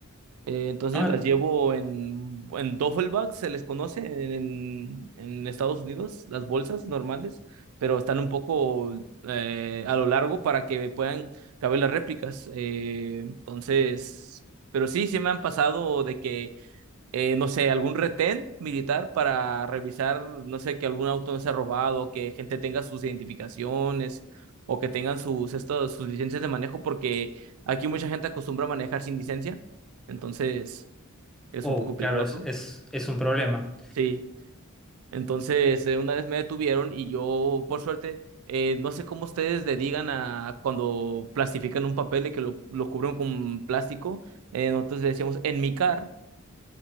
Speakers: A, on the right (about 75°); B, in the centre.
A: Eh, entonces
B: Ah,
A: las llevo en, en duffel bag, se les conoce en, en Estados Unidos, las bolsas normales, pero están un poco eh, a lo largo para que puedan caber las réplicas. Eh, entonces, pero sí, sí me han pasado de que eh, no sé, algún retén militar para revisar, no sé, que algún auto no sea robado, que gente tenga sus identificaciones o que tengan sus, estos, sus licencias de manejo, porque aquí mucha gente acostumbra a manejar sin licencia, entonces es
B: oh,
A: un poco peligroso.
B: claro, es, es, es un problema.
A: Sí, entonces eh, una vez me detuvieron y yo, por suerte, eh, no sé cómo ustedes le digan a cuando plastifican un papel de que lo, lo cubren con plástico, eh, nosotros le decíamos enmicar,